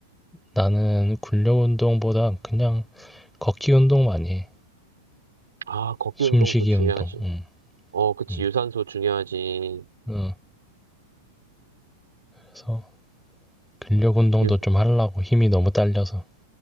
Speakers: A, in the centre; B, on the right.
A: 나는 근력 운동보다 그냥 걷기 운동 많이 해
B: 아, 걷기
A: 숨쉬기
B: 운동도 중요하지.
A: 운동 음,
B: 어, 그치.
A: 음.
B: 유산소 중요하지.
A: 어, 그래서 근력 운동도
B: 유,
A: 좀 하려고 힘이 너무 딸려서